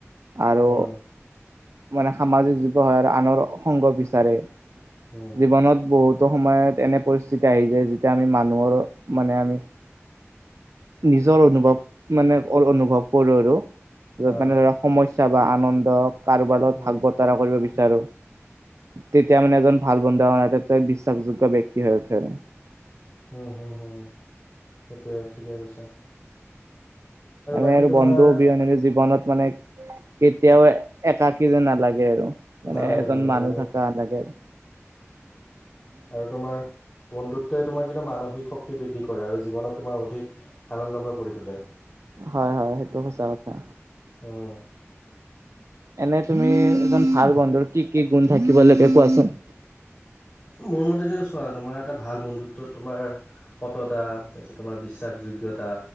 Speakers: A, on the right; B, on the left.
A: আৰু
B: উম
A: মানে সামাজিক জীৱ হয়, আনৰ সংগ বিচাৰে
B: উম
A: জীৱনত বহুত ত 'সময়ত এনে পৰিস্থিতি আহি যায় যেতিয়া আমি মানুহৰ মানে আমি নিজৰ অনুভৱ মানে অকল অনুভৱ কৰো আৰু। য'ত
B: আহ
A: মানে ধৰা সমস্যা বা আনন্দ কাৰোবাৰ লগত
B: উম
A: ভাগ বতৰা কৰিব বিচাৰো। তেতিয়া মানে এজন ভাল- বন্ধু এটা বিশ্বাসযোগ্য ব্যক্তি হৈ উঠে আৰু।
B: হু-হু-হু সেইটোৱে ঠিকে কৈছা।
A: এনে
B: বাকী
A: আৰু
B: তোমাৰ
A: বন্ধু অবিহনেৰে জীৱনত মানে কেতিয়াও একাকি যেন নালাগে আৰু মানে
B: নালাগে
A: এজন
B: নালাগে
A: মানুহ
B: আৰু
A: থাকাযেন লাগে আৰু
B: আৰু তোমাৰ বন্ধুত্বই তোমাৰ কিন্তু মানসিক শক্তি বৃদ্ধি কৰে আৰু জীৱনক তোমাৰ অধিক আনন্দময় কৰি তোলে।
A: হয় -হয় সেইটো সঁচা কথা।
B: উম।
A: এনে তুমি এজন ভাল বন্ধুৰ কি- কি গুণ থাকিব লাগে কোৱাচোন?
B: মোৰ মতে দি চোৱা আৰু তোমাৰ এটা ভাল বন্ধুত্ব তোমাৰ সততা তাৰপিছত তোমাৰ বিশ্বাসযোগ্যতা